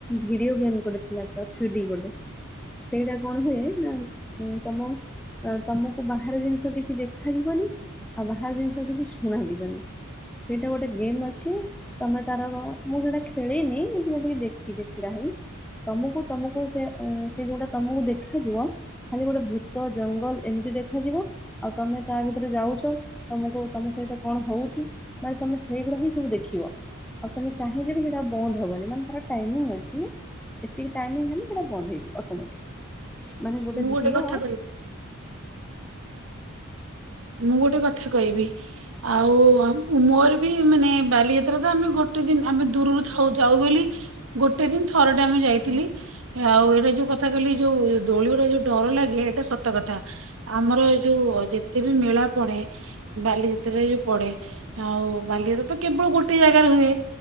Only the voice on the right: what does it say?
ମୁଁ
କଥା କହିବି ମୁଁ ଗୋଟେ କଥା କହିବି। ଆଉ ମୋରେ ବି ମାନେ ବାଲିଯାତ୍ରା ତ ଆମେ ଗୋଟେ ଦିନ ଆମେ ଦୂରରୁଥାଉ ଯାଉ ବୋଲି ଗୋଟେ ଦିନ ଥର ଟେ ଆମେ ଯାଇଥିଲି। ଆଉ ଏଇଟା ଯୋଉ କଥା କହିଲି ଯୋଉ ଦୋଳିରେ ଯୋଉ ଡର ଲାଗେ ଏଇଟା ସତ କଥା। ଆମର ଯୋଉ ଯେତେ ବି ମେଳା ପଡେ ବାଲିଯାତ୍ରାରେ ଯୋଉ ପଡେ ଆଉ ବାଲିଯାତ୍ରା ତ କେବଳ ଗୋଟେ ଜାଗାରେ ହୁଏ।